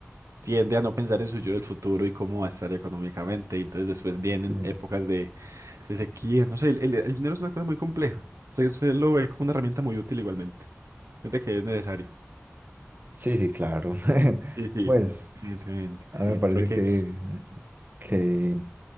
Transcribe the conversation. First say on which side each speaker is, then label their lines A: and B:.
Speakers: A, on the right; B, on the right.
A: tiende a no pensar en su yo del futuro y cómo va a estar económicamente. Y entonces después vienen
B: Sí, sí,
A: épocas de, de sequía. No sé, el, el- el dinero es una cosa muy compleja. O sea, usted lo ve como una herramienta muy útil igualmente. Desde que es necesario.
B: sí, sí, claro. <laughs>
A: Sí, sí.
B: Pues,
A: Evidentemente,
B: a
A: sí,
B: mí me
A: el
B: parece
A: trueque
B: que,
A: <clears throat>
B: que